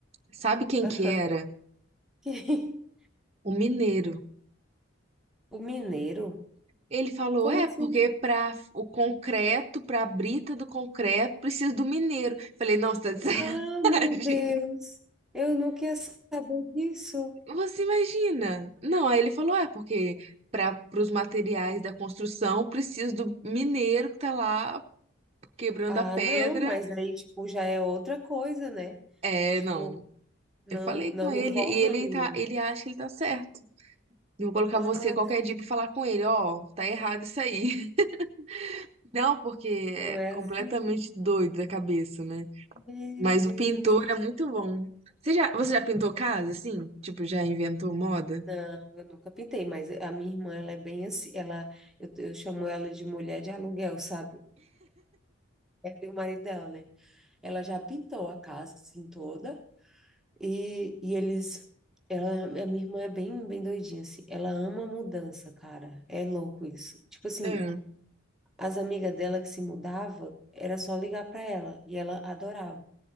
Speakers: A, on the right; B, in the centre.
A: Sabe quem
B: <laughs>
A: que era?
B: Que- <laughs>
A: O mineiro.
B: O mineiro?
A: Ele falou,
B: Como
A: é,
B: assim?
A: porque para o concreto, para a brita do concreto, precisa do mineiro. Falei, não, você <laughs> tá de
B: Ah, meu
A: sacanagem.
B: Deus! Eu não queria saber disso.
A: Você imagina? Não, aí ele falou, é porque para os materiais da construção precisa do mineiro que tá lá quebrando
B: Ah,
A: a pedra.
B: não, mas daí, tipo, já é outra coisa, né?
A: É,
B: Tipo,
A: não.
B: não,
A: Eu falei
B: não
A: com ele
B: envolve
A: e ele
B: ali
A: tá,
B: o.
A: ele acha que ele tá certo. Eu vou colocar
B: Ah,
A: você qualquer dia pra falar com ele, ó, tá errado isso aí. <laughs> Não, porque é
B: não é
A: completamente
B: assim.
A: doido da cabeça, né?
B: Meu
A: Mas
B: Deus.
A: o pintor é muito bom. Você já, você já pintou casa, assim? Tipo, já inventou moda?
B: Não, eu nunca pintei, mas a minha irmã, ela é bem assim. Ela, eu, eu chamo ela de mulher de aluguel, sabe? Ela e o marido dela, né? Ela já pintou a casa, assim, toda. E, e eles. Ela, a minha irmã é bem, bem doidinha, assim. Ela ama mudança, cara. É louco isso. Tipo assim,
A: É,
B: as amigas dela que se mudava, era só ligar pra ela. E ela adorava.